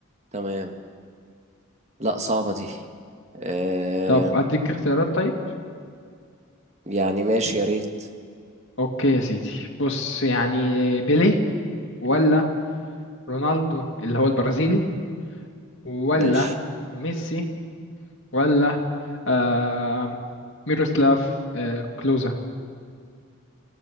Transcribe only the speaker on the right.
تمام لا صعبة دي آه،
يعني ماشي يا ريت
ماشي